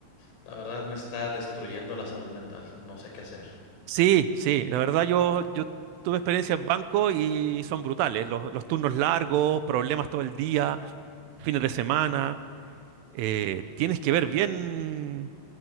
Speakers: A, on the left; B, on the right.
A: la verdad me está destruyendo la salud mental. No sé qué hacer.
B: Sí, sí, la verdad yo, yo tuve experiencia en banco y son brutales. Los, los turnos largos, problemas todo el día, fines de semana. eh, tienes que ver bien